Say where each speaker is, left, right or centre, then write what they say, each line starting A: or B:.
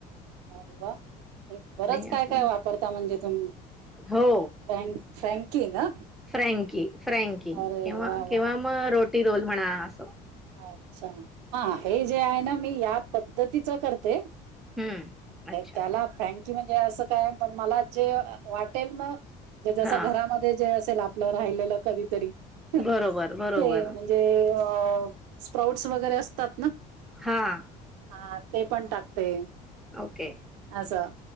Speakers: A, on the right; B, in the centre.
A: अरे वा बरंच
B: असं
A: काय काय वापरता म्हणजे तुम्ही
B: हो
A: फ्रँकि ना
B: फ्रँकी फ्रँकी्हा
A: अरे वा वा
B: मग रोटी रोल म्हणा आ असं
A: अच्छा हा हे जे आहे ना मी या पद्धतीचं करते
B: हम्म अच्छा
A: त्याला फॅन कि म्हणजे असं काय मला जे वाटेल न ज जस
B: हां
A: घरामध्ये जे असेल आप आप राहिलेलं कधीतरी ते
B: बरोबर बरोबर
A: म्हणजे त स्प्राउत्स वगैरे अस तात ना
B: हां
A: हा ते पण टाकते
B: ओके
A: असं